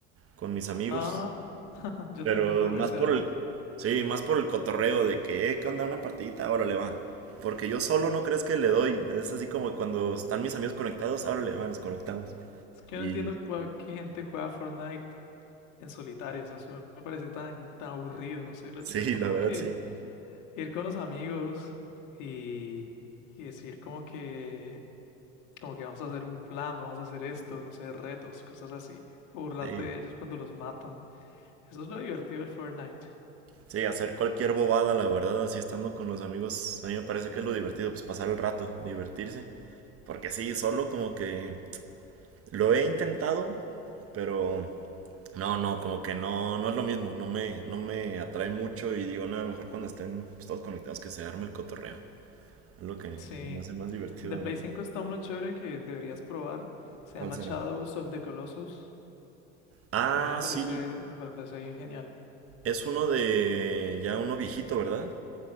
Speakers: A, on the right (about 40°); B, on the left (about 55°).
A: con mis amigos.
B: Ah, <laughs> yo
A: Pero
B: también juego
A: más
B: ese
A: por
B: a veces.
A: el... Sí, más por el cotorreo de que, eh, ¿qué onda? Una partidita, órale, va. Porque yo solo no crees que le doy. Es así como cuando están mis amigos conectados, órale, va, nos conectamos.
B: Es que
A: Y
B: no entiendo cuál, qué gente juega Fortnite en solitario. O sea, eso me parece tan, tan aburrido, no sé, lo
A: sí,
B: chévere. Es
A: la
B: como
A: verdad
B: que
A: sí.
B: ir con los amigos y, y decir como que, como que vamos a hacer un plan, vamos a hacer esto, no sé, retos, cosas así, o burlarte
A: Sí.
B: de ellos cuando los matan. Eso es lo divertido del Fortnite.
A: Sí, hacer cualquier bobada, la verdad, así estando con los amigos, a mí me parece que es lo divertido, pues pasar el rato, divertirse. Porque sí, solo como que lo he intentado, pero No, no, como que no, no es lo mismo, no me, no me atrae mucho y digo, nada, mejor cuando estén pues, todos conectados que se arme el cotorreo. Es lo que
B: Sí,
A: se me hace más divertido
B: de
A: a
B: Play
A: mí.
B: 5 está uno chévere que deberías probar, se
A: ¿Cuál
B: llama
A: será?
B: Shadows of the Colossus.
A: Ah,
B: Ese me parece,
A: sí,
B: me parece bien genial.
A: es uno de ya uno viejito, ¿verdad?